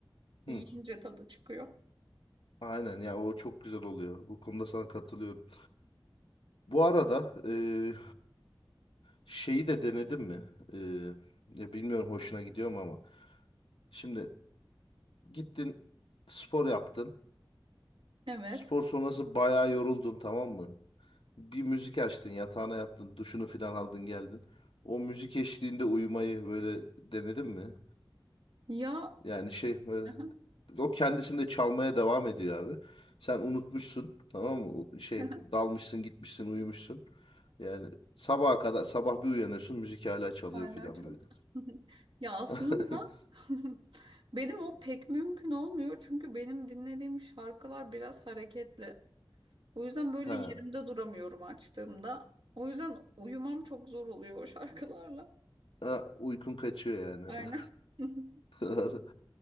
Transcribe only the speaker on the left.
Hı.
Aynen ya o çok güzel oluyor. Bu konuda sana katılıyorum. Bu arada e, şeyi de denedin mi? E, ya bilmiyorum hoşuna gidiyor mu ama. Şimdi gittin spor yaptın.
Spor sonrası bayağı yoruldun tamam mı? Bir müzik açtın, yatağına yattın, duşunu filan aldın geldin. O müzik eşliğinde uyumayı böyle denedin mi?
Yani şey böyle
o kendisinde çalmaya devam ediyor abi. Sen unutmuşsun tamam mı? O Şey
dalmışsın gitmişsin uyumuşsun. Yani sabaha kadar sabah bir uyanıyorsun müzik hala çalıyor
filan
böyle.
<laughs>
Ha.
Ha, uykun kaçıyor yani.
<laughs>
Doğru.